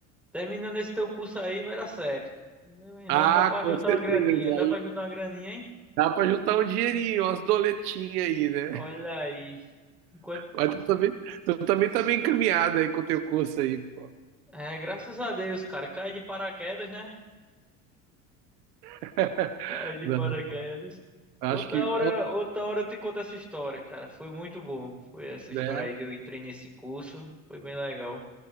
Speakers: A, in the centre; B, on the right.
A: terminando esse teu curso aí, vai dar certo. Terminando,
B: Ah,
A: dá pra
B: com
A: juntar
B: certeza.
A: uma graninha.
B: Aí
A: Dá pra juntar uma graninha, hein?
B: dá para juntar um dinheirinho, umas doletinhas aí, né?
A: Olha aí. Enquanto...
B: Mas tu também, tu também tá bem encaminhado aí com o teu curso aí, pô.
A: É, graças a Deus, cara. Cai de paraquedas, né?
B: <laughs>
A: Cai de
B: Não,
A: paraquedas.
B: acho
A: Outra
B: que,
A: hora, outra hora eu te conto essa história, cara. Foi muito bom. Foi essa história
B: né?
A: aí de eu entrei nesse curso. Foi bem legal.